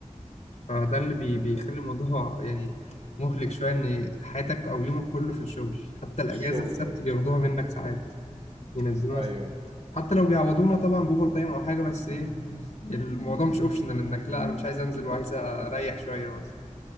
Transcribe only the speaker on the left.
فده اللي بي... بيخلي الموضوع يعني مهلك شويه ان حياتك او يومك كله في الشغل حتى الاجازه
السبت
بياخدوها منك ساعات ينزلوها
س- حتى لو بيعوضونا طبعا باوفر تايم او حاجه بس ايه الموضوع مش اوبشنال انك لا انا مش عايز انزل وعايز اريح شويه بس